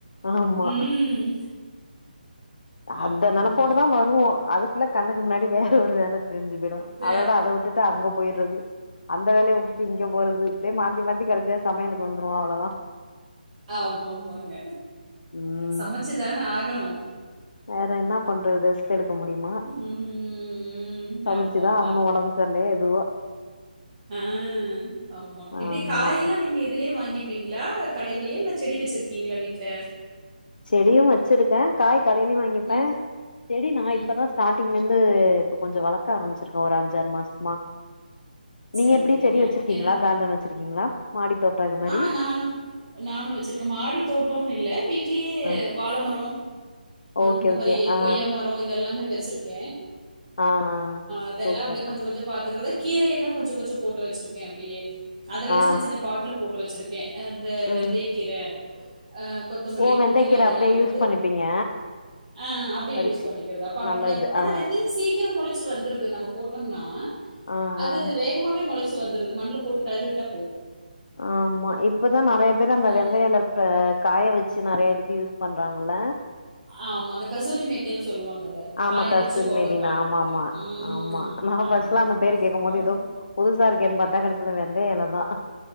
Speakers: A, on the left; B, on the right.
A: ஆமா
B: ம்
A: அந்த
B: ஆமா
A: நெனப்போட
B: ஆமாங்க
A: தா வருவோ அதுக் ள்ள கண்ணுக்கு முன்னாடி வேற ஒரு வேல தெரிஞ்சு போயிடும்
B: வேற
A: அதோட அத வுட்டுட்டு அங்க போயிறது அந்த வேலயவுட்டுட்டு இங்க போறது இப்டியே மாத்தி மாத்தி கடைசியா சமையலுக்கு வந்துருவோ அவ்ளோதா
B: ஆம்மாமாங்க
A: ம்
B: சமச்சு தான ஆகணு
A: வேறென்ன பண்றது ரெஸ்ட் எடுக்க முடியுமா
B: ம் ம்
A: சமச்சுதா
B: ஆமா ஆமா
A: ஆகனு ஒடம்பு சரி இல்லையோ எதுவோ
B: ஆ ஆமா எப்டி
A: ஆமா
B: காயெல்லா நீங்க இதுலயே வாங்கி ப்பிங்களா கடையிலே இல்ல செடி வச்சிருக்கீங்களா வீட்ல
A: செடியும் வச்சிருக்கேன் காய் கடையிலையு வாங்கிப்பேன்
B: ம்
A: செடி நா
B: ம்
A: இப்பதா ஸ்டார்டிங்ல இருந்து இப்போ கொஞ்சோ வளக்க ஆரம்பிச்சிருக்கே ஒரு அஞ்சாறு மாசமா நீங்க
B: சரி
A: எப்டி
B: சரிங்க
A: செடி வச்சிருக்கீங்களா
B: என்ன
A: கார்டன் வச்சிருக்கீங்களா மாடி தோட்டோ இது மாரி
B: ஆ நானு நானு வச்சிருக்கே மாடி தோட்டம்னு இல்ல வீட் லய்யே
A: ஆ
B: வாழ மரோ
A: ஓகே
B: இந்த
A: ஓகே
B: மாரி
A: ஆ
B: கொய்யா மரோ இதெல்லாமே வச்சிருக்கே
A: ஆ ஆ
B: அதெல்லா
A: சூப்பர்
B: அப்டியே கொஞ்சோ
A: ஆ
B: கொஞ்சோ பாத்துக்கறது கீரே எல்லா கொஞ்சோ கொஞ்சோ போட்டு வச்சிருக்கே அப்டியே அதெல்லா
A: ஆ
B: சின்ன சின்ன பாட்ல போட்டு வச்சிருக்கே அந்த வெந்தய
A: ம்
B: கீர அ கொத்தமல்லி
A: ஓ வெந்தைக்கீர
B: புதினா இது
A: அப்டியே
B: எல்லாமே
A: யூஸ்
B: வந்து
A: பண்ணிப்பீங்க
B: ஆ அப்டி
A: பறிச்சு
B: யூஸ் பண்ணிக்கிறது பாட்டுல
A: நல்லது
B: ஆனா
A: ஆ
B: வெந்தயோ சீக் கீர மொளச்சு வந்துர்து நம்ம போட்டோம்னா
A: ஆ
B: அது
A: ஆ
B: வேகமாவே மொளச் ச்சி வந்துருது மண்ல போட்டு களறிவிட்டா போதோ
A: ஆமா இப்பதா நறைய பேர் அந்த
B: ஆ
A: வெந்தய எல காய வச்சு நறையா இதுக்கு யூஸ் பண்றாங்கள்ல
B: ஆமா அந்த கசூரி மேத்தின்னு சொல்லுவாங்க அத
A: ஆமா
B: காய
A: கஸ்தூரி
B: வச்சு பவுடர்
A: மேதி
B: பண்ணான
A: ஆமா
B: அத.
A: ஆமா
B: ம்.
A: ஆமா நா
B: ஆமா,
A: ஃபஸ்ட்லா
B: ஆமா.
A: அந்த பேர் கேட்கு போது
B: ஆனா
A: எதோ புதுசாருக்கேன்னு பாத்தா கடைசில பாத்தா வெந்தய எலதா